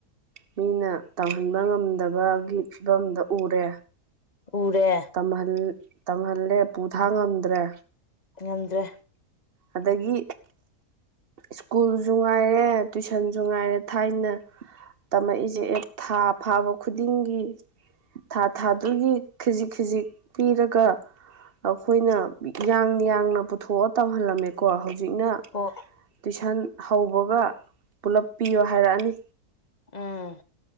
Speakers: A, on the right; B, on the left.
A: ꯃꯤꯅ ꯇꯧꯍꯟꯕ ꯉꯝꯗꯕꯒꯤ ꯐꯤꯕꯝꯗ ꯎꯔꯦ
B: ꯎꯔꯦ
A: ꯇꯝꯍꯜ ꯇꯝꯍꯜꯂꯦ ꯄꯨꯊꯥꯡ ꯉꯝꯗ꯭ꯔꯦ
B: ꯉꯝꯗ꯭ꯔꯦ
A: ꯑꯗꯒꯤ ꯁ꯭ꯀꯨꯜꯖꯨ ꯉꯥꯏꯔꯦ ꯇꯨꯏꯁꯟꯖꯨ ꯉꯥꯏꯔꯦ ꯊꯥꯏꯅ ꯇꯝꯃꯛꯏꯖꯦ ꯑꯦ ꯊꯥ ꯐꯥꯕ ꯈꯨꯗꯤꯡꯒꯤ ꯊꯥ ꯊꯥꯗꯨꯒꯤ ꯈꯤꯖꯤꯛ ꯈꯤꯖꯤꯛ ꯄꯤꯔꯒ ꯑꯈꯣꯏꯅ ꯌꯥꯡ ꯌꯥꯡꯅ ꯄꯨꯊꯣꯛꯑ ꯇꯝꯍꯜꯂꯝꯃꯦꯀꯣ ꯍꯧꯖꯤꯛꯅ
B: ꯍꯣ
A: ꯇꯨꯏꯁꯟ ꯍꯧꯕꯒ ꯄꯨꯂꯞ ꯄꯤꯌꯣ ꯍꯥꯏꯔꯛꯑꯅꯤ
B: ꯎꯝ